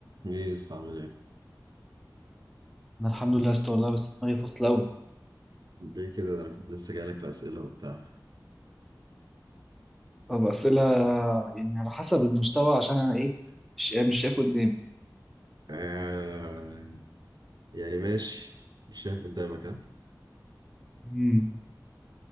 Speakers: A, on the right; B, in the centre.
A: ايه يس عامل ايه؟
B: انا الحمد لله است والله بس دماغي فاصله قوي
A: ليه كده ده انا كنت لسه جايلك في اسئله وبتاع
B: طب اسئله يعني على حسب المستوى عشان انا ايه مش مش شايف قدامي
A: آه يعني ماشي مش شايف قدامك ها
B: امم